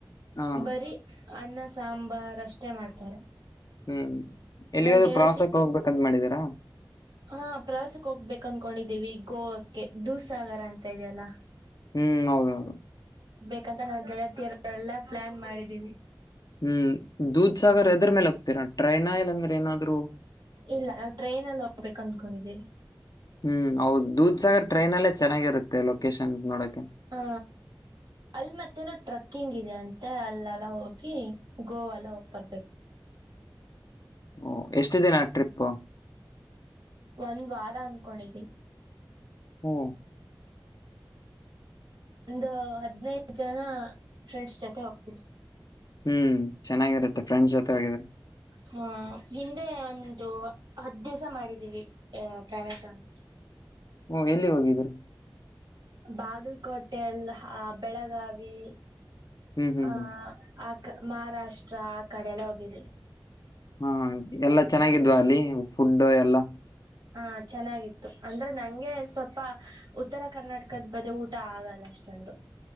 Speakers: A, on the left; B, on the right.
A: ಹಾ
B: ಬರಿೀ ಅನ್ನ ಸಾಂಬಾರ್ ಅಷ್ಟೇ ಮಾಡ್ತಾರೆ
A: ಹೂ ಎಲ್ಲಿಗಾದ್ೂ
B: ನನ್ ಗೆಳತಿ
A: ಪ್ರವಾಸಕ್ಕೆ ಹೋಗ್ಬೇಕಂತ ಮಾಡಿದೀರಾ
B: ಹಾ ಪ್ರವಾಸಕ್ಕೆ ಹೋಗ್ಬೇಕು ಅನ್ಕೊಂಡಿದ್ದೀವಿ ಗೋವಾಕ್ಕೆ ದೂಸಾಗರ ಅಂತ ಇದೆಯಲ್ಲ
A: ಹೂ ಹೌದ ಹೌದು
B: ಯಾಕಂತ ನಾ ಗೆಳತಿಯರ ಎಲ್ಲಾ ಪ್ಲಾನ್ ಮಾಡಿದೀನಿ
A: ಹೂ ದೂದ್ ಸಾಗರ್ ಎದ್ರ ಮೇಲೆ ಹೋಗ್ತೀರಾ ಟ್ರೈನ ಇಲ್ ಅಂದ್ರೆ ಏನಾದ್ರು
B: ಇಲ್ಲ ನಾವು ಟ್ರೈನ್ ಅಲ್ಲಿ ಹೋಗ್ಬೇಕು ಅಂದಕೊಂಡಿದೀವಿ
A: ಹೂ ಹೌದ ದೂದ್ಸಾಗರ್ ಟ್ರೈನ್ಲ್ಲೇ ಚೆನ್ನಾಗಿರುತ್ತೆ ಲೊಕೇಶನ್ ನೋಡಕೆ
B: ಹಾ ಅಲ್ಲಿ ಮತ್ತೇನೋ ಟ್ರಕ್ಕಿಂಗ್ ಇದೆ ಅಂತ ಮತ್ತೆ ಅಲ್ಲೆಲ್ಲ ಹೋಗಿ ಗೋವಾಲ್ಲ ಹೋಗ್ ಬರ್ಬೇಕು
A: ಹ ಎಷ್ಟು ದಿನ ಟ್ರಿಪ್ು
B: ಒಂದ್ ವಾರ ಅನ್ಕೊಂಡಿದೀವಿ
A: ಓ
B: ಒಂದು ಹದ್ಿನೈದು ಜನ ಫ್ರೆಂಡ್ಸ್ ಜೊತೆ ಹೋಗ್ತಿದ್ವಿ
A: ಹೂ ಚೆನ್ನಾಗಿರುತ್ತೆ ಫ್ರೆಂಡ್ಸ್ ಜೊತೆ ಹೋಗಿದ್ರೆ
B: ಹಾ ಹಿಂದೆ ಒಂದು ಹದ್ ದಿವ್ಸ ಮಾಡಿದೀವಿ ಅ ಪ್ರವಾಸ ನಾ
A: ಹೂ ಎಲ್ಲಿ ಹೋಗಿದ್ರಿ
B: ಬಾಗಲಕೋಟೆಲ್ಲ ಬೆಳಗಾವಿ
A: ಹ್ಮ್ ಹ್ಮ್
B: ಆ
A: ಹ್ಮ್
B: ಆ ಮಹಾರಾಷ್ಟ್ರ ಆ ಕಡೆಲ್ಲ ಹೋಗಿದ್ವಿ
A: ಹೂ ಎಲ್ಲಾ ಚೆನ್ನಾಗಿದ್ವ ಅಲ್ಲಿ ಫುಡ್ ಎಲ್ಲಾ
B: ಹಾ ಚೆನ್ನಾಗಿತ್ತು ಅಂದ್ರೆ ನಂಗೆ ಸ್ವಲ್ಪ ಉತ್ತರ ಕರ್ನಾಟಕದ ಬದೇ ಊಟ ಆಗಲ್ಲ ಅಷ್ಟೆ ಅಂದು